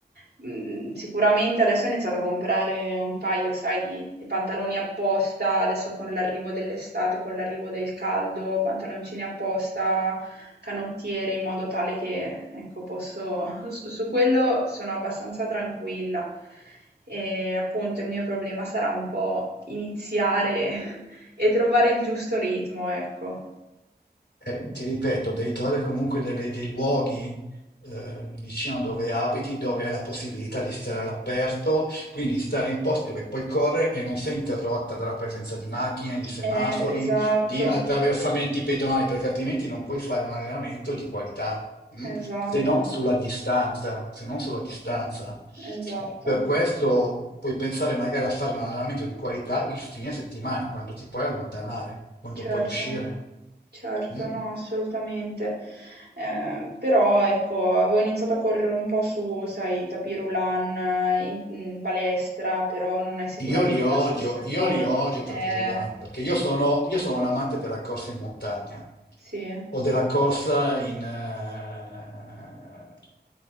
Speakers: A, on the right; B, on the left.
A: Mhmm, sicuramente adesso ho iniziato a comprare un paio, sai, di di pantaloni apposta, adesso con l'arrivo dell'estate, con l'arrivo del caldo, pantaloncini apposta, canottiere, in modo tale che, ecco, posso <laughs> s su quello sono abbastanza tranquilla. Ehm, appunto, il mio problema sarà un po' iniziare <laughs> e trovare il giusto ritmo, ecco.
B: Eh, ti ripeto, devi trovare comunque delle- dei luoghi eh, vicino a dove abiti, dove hai la possibilità di stare all'aperto, quindi stare in posti dove puoi correre e non sei interrotta dalla presenza di macchine, di semafori,
A: Eh, esatto,
B: di attraversamenti pedonali, perché altrimenti non puoi fare un allenamento di qualità, mm?
A: esatto,
B: Se non sulla distanza, se non sulla distanza.
A: esatto,
B: Per questo puoi pensare magari a fare un allenamento di qualità il fine settimana, quando ti puoi allontanare, quando
A: certo,
B: puoi uscire.
A: certo,
B: mm?
A: no, assolutamente. Eh, però ecco, avevo iniziato a correre un po' su, sai, tapis roulant eh, in, in palestra, però non è sicuramente
B: Io li odio,
A: la stessa cosa.
B: io li odio i
A: Eh,
B: tapis roulant, perché io sono, io sono un amante della corsa in montagna
A: sì,
B: o della corsa in, eh,